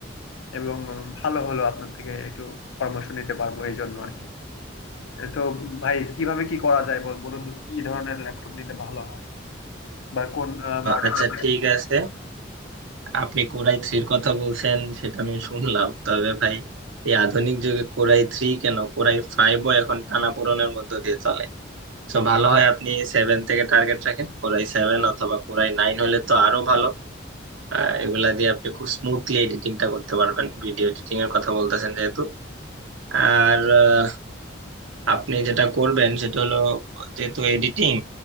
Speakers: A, on the left (about 85°); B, on the right (about 80°).
A: এবং উম, ভালো হলো আপনার থেকে একটু পরামর্শ নিতে পারবো এই জন্য আর কি তো ভাই কিভাবে কি করা যায় বল- বলুন তো কি ধরনের ল্যাপটপ নিলে ভালো হয় বা কোন মডেলের
B: আচ্ছা ঠিক আছে আপনি কোরাই থ্রির কথা বলছেন সেটা আমি শুনলাম তবে ভাই এই আধুনিক যুগে কোরাই থ্রি কেন কোরাই ফাইভও এখন টানাপোড়েনের মধ্য দিয়ে চলে তো ভালো হয় আপনি সেভেন থেকে টার্গেট রাখেন কোরাই সেভেন অথবা কোরাই নাইন হলে তো আরো ভালো আহ, এগুলা দিয়ে আপনি খুব স্মুথলি এডিটিংটা করতে পারবেন ভিডিও এডিটিং এর কথা বলতেছেন যেহেতু আর আহ, আপনি যেটা করবেন সেটা হলো যেহেতু এডিটিং